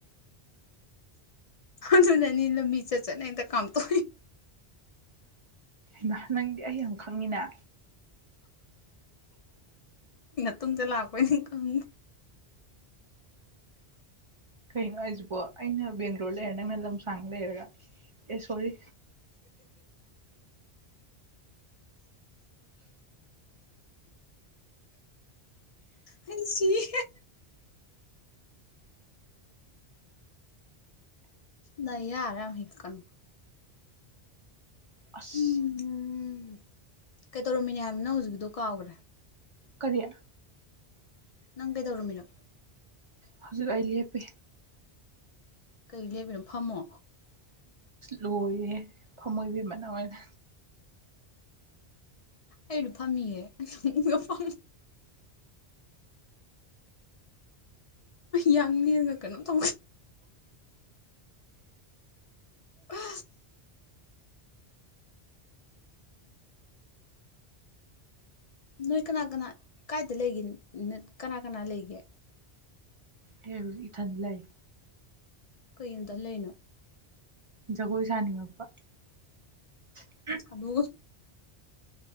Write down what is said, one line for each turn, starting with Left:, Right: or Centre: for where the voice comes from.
Left: ꯑꯗꯨ ꯅꯅꯤ ꯂꯃꯤꯆꯔ ꯆꯅ ꯀꯝ ꯊ
Right: ꯃ ꯅꯪꯗꯤ ꯑꯩ ꯌꯥꯝ ꯈꯪꯉꯤꯅꯦ
Left: ꯇꯝ ꯂꯥꯛꯄꯣꯏꯅꯦ ꯀꯪ
Right: ꯀꯩꯅꯣ ꯍꯥꯏꯁꯤꯕꯣ ꯑꯩꯅ ꯕꯦꯡꯒ꯭ꯂꯣꯔ ꯂꯩꯔ ꯅꯪꯅ ꯂꯝꯁꯥꯡ ꯂꯩꯔꯒ ꯑꯦ ꯁꯣꯔꯤ
Left: ꯑꯩ ꯁꯤꯌꯦ ꯅ ꯌꯥꯔꯦ ꯌꯥꯝ ꯍꯤꯜꯀꯅ
Right: ꯑꯁ
Left: ꯎꯝꯝ ꯀꯩꯇꯧꯔꯝꯃꯤꯅꯦ ꯍꯥꯏꯕꯅ ꯍꯧꯖꯤꯛꯀꯤꯗꯣ ꯀꯥꯎꯈ꯭ꯔꯦ
Right: ꯀꯔꯤꯌꯥ
Left: ꯅꯪ ꯀꯩꯗꯧꯔꯃꯤꯅꯣ
Right: ꯍꯧꯖꯤꯛ ꯑꯩ ꯂꯦꯞꯄꯤꯦ
Left: ꯀꯩ ꯂꯩꯕꯅꯣ ꯐꯝꯃꯣ
Right: ꯂꯣꯏꯔꯦ ꯐꯃꯣꯏꯕꯤ ꯃꯅ ꯑꯣꯏꯅ
Left: ꯑꯩꯔ ꯐꯝꯃꯤꯌꯦꯦ ꯐ ꯌꯥꯡ ꯌꯦꯒ ꯀꯩꯅꯣ ꯇ ꯀ ꯅꯣꯏ ꯀꯅꯥ ꯀꯅꯥ ꯀꯥꯏꯗ ꯂꯩꯒꯦ ꯀꯅꯥ ꯀꯅꯥ ꯂꯩꯒꯦ
Right: ꯍ ꯏꯊꯟ ꯂꯩ
Left: ꯀꯩꯝꯇ ꯂꯩꯅꯣ
Right: ꯖꯒꯣꯏ ꯁꯥꯅꯤꯡꯉꯛꯄ ꯑ
Left: ꯑꯗ